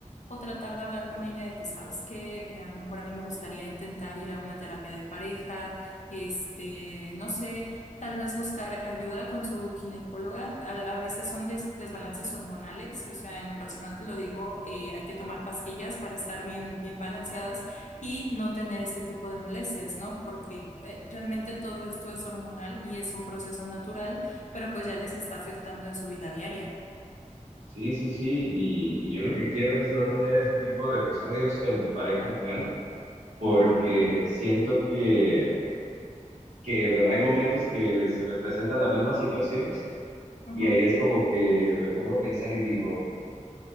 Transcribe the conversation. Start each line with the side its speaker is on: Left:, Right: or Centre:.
Left: o tratar de hablar con ella de que sabes que a lo mejor a mí me gustaría intentar ir a una terapia de pareja, este, no sé. Tal vez buscar ayuda con su ginecóloga. A, a veces son des- desbalances hormonales, o sea, en lo personal te lo digo, eh, hay que tomar pastillas para estar bien, bien balanceadas y no tener este tipo de molestias, ¿no? Porque eh, realmente todo esto es hormonal y es un proceso natural, pero pues ya les está afectando en su vida diaria.
Right: Sí, sí, sí, y, y yo lo que quiero es no tener ese tipo de episodios con mi pareja actual, porque
Left: Ujú,
Right: siento que, que hay momentos que se me presenta la misma situación
Left: ujú,
Right: y ahí es como que me pongo a pensar y digo,